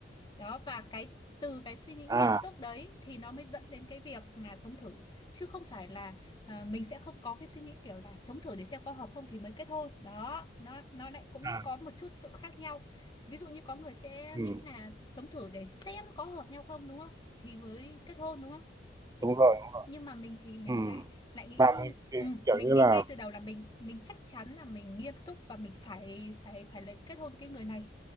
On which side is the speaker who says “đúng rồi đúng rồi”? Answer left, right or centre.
Right